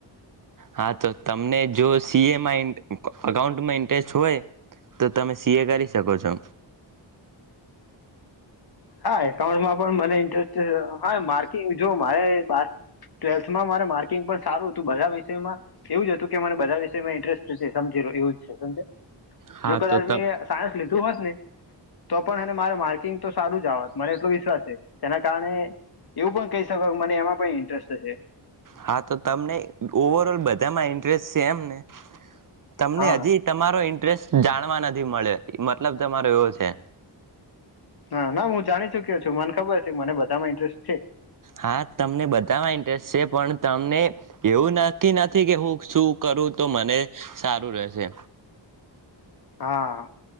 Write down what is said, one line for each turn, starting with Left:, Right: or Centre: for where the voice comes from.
Right: હા તો તમને જો સીએમાં અકાઉન્ટમાં ઇન્ટરેસ્ટ હોય તો તમે સીએ કરી શકો છો.
Left: હા એકાઉન્ટમાં પણ મને ઇન્ટરેસ્ટ હા માર્કિંગ જો મારે બ ટ્વેલ્થમાં મારે માર્કિંગ પણ સારું હતું બધા વિષયમાં એવ જ હતું કે મને બધા વિષયમાં ઇન્ટરેસ્ટ છે સમજી લો્યો એવું જ છે સમજ.
Right: હા
Left: જો કદ
Right: તો
Left: આી
Right: ત
Left: સાયન્સ લીધું હોત ને તો પણ મારે માર્કિંગ તો. સારું જત મને એટલો વિશ્વાસ છે તેના કારણે એવું પણ કહી શકોાય મને એમાં પણ ઇન્ટરેસ્ટશે
Right: હા તો તમને ઓવર ઓલ બધામાં ઇન્ટરેસ્ટ છે એમ ને. તમને
Left: હા
Right: હજી તમારો ઇન્ટરેસ્ટ. જાણવા નથી મળ્યો મતલબ તમારો એવો છે.
Left: હા ના હું જાણી ચુક્યો છું મને ખબર હ છે મને બધામાં ઇન્ટરેસ્ટ છે.
Right: હા તમને બધામાં ઇન્ટરેસ્ટ છે પણ તમને એવું નક્કી નથી કે હું શું કરું તો મને સારું રહેશે.
Left: હા.